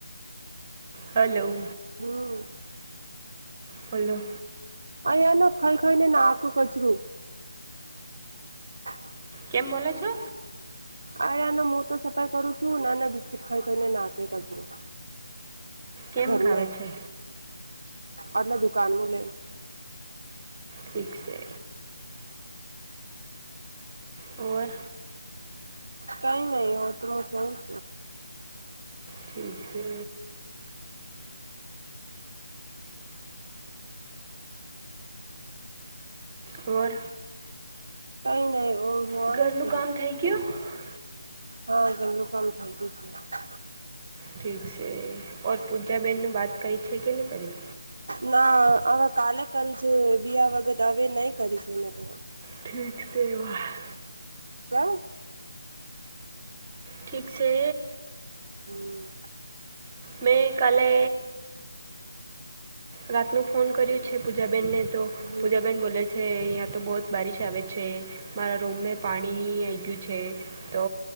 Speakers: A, on the right; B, on the right.
A: હલો.
B: હમ્મ
A: બોલો
B: અહીયા ન ખૈઈ ખઈ નને નાખુ આકો કચરું <unintelligible>
A: કેમ બોલો છો?
B: આળિયાનો હું તો સફાઈ કરું છું, નાના બિસ્કીટ ખાઈ ખાઈને નાખ કસરો
A: કેમ
B: ઘર
A: ખાવે
B: મે
A: છે
B: અટલે દુકાનવું લે
A: ઠીક છે. ઓર.
B: કઈ નહી હો તમે શું <inaudible>
A: થિક છે. ઓર.
B: કઈ નહી ઓર
A: ઘરનું
B: <inaudible>
A: <inaudible>
B: હા, ઘરનું કામ થઈ ગયું છે.
A: ઠીક છે ઓર પૂજા બેહેનનું વાત કરે છે કે ન કરી?
B: ના હવે કાલે કરી છે, બીયા વગત હવે નહી કરી છે મેં તો
A: ઠીક છે <inaudible>
B: <inaudible>
A: ઠીક છે.
B: હમ
A: મે કાલે, રાતનો ફોન કર્યું છે પૂજાબેનને તો
B: હમ
A: પૂજાબેન બોલે છે. છે અહીંયા તો બહુ જ <inaudible> આવે છે મારા રૂમમાં પાણી આવી ગયું છે. તો